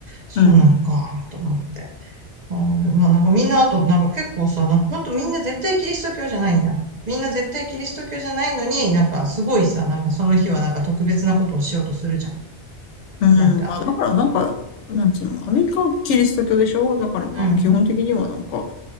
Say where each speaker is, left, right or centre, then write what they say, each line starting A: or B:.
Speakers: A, on the right (about 45°); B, on the left (about 85°).
A: そうなのか、
B: うん。
A: と思って。あーまあ、なんかみんなあと、なんか結構さ、なんかほんとみんな絶対キリスト教じゃないんだ。みんな絶対キリスト教じゃないのに、なんかすごいさ、なんかその日はなんか特別なことをしようとするじゃん。
B: うん、
A: なんか、
B: まあだからなんか、なんつうの、アメリカはキリスト教でしょだからまあ基本的にはなんか、
A: うん、